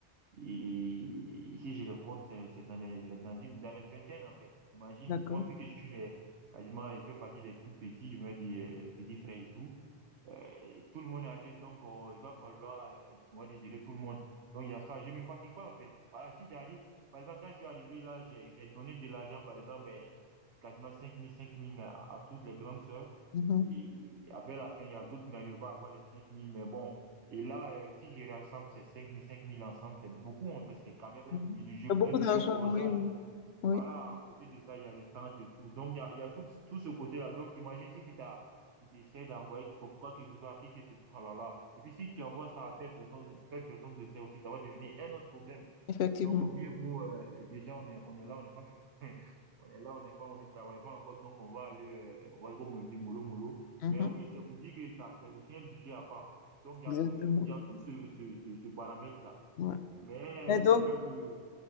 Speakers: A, on the right; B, on the left.
A: et, et si je le compte, c'est c'est dans les, les- dans une- dans les vingtaines, en fait. Imagine,
B: D'accord.
A: moi, vu que je suis les, quasiment, je fais partie des plus petits, je vais dire, euh, petits frères et tout. Euh, tout le monde est âgé, donc euh, il va falloir, euh, on va dire, gérer tout le monde. Donc il y a ça, je me fatigue pas en fait. Voilà, si j'arrive, par exemple, quand je suis arrivé là, j'ai j'ai donné de l'argent, par exemple, eh, quasiment cinq mille cinq mille à, à toutes les grandes sœurs.
B: Mhm.
A: Et après la fin, il y a d'autres qui n'arrivent pas à avoir les cinq mille mais bon. Et là, euh, si je rassemble ces cinq mille cinq mille ensemble, c'est beaucoup en fait, c'est quand même un
B: Mhm.
A: budget,
B: Il y a Beaucoup
A: un budget
B: d'argent,
A: colossal.
B: oui, oui. Oui,
A: Voilà, à côté de ça, il y a les tentes et tout. Donc, il y a, il y a tout, tout ce côté-là. Donc, imagine si tu t'as, tu t'essaies d'envoyer quoi, quoi que ce soit à qui que ce soit. Oh là là. Et puis, si tu envoies ça à telle personne, telle personne le sait aussi, ça va devenir un autre problème.
B: effectivement.
A: Donc, au mieux vaut, euh, déjà, on est, on est là, on n'est pas, <laughs> on est là, on n'est pas, on ne travaille pas encore. Donc, on va aller, euh, on va, comme on le dit, mollo, mollo.
B: Mhm.
A: Mais oui, c'est vous dire que ça, c'est aussi un budget à part. Donc, il y
B: Exactement.
A: a tout ce, il y a tout ce, ce, ce, ce paramètre-là.
B: Ouais.
A: Mais
B: Et donc,
A: c'est vrai que,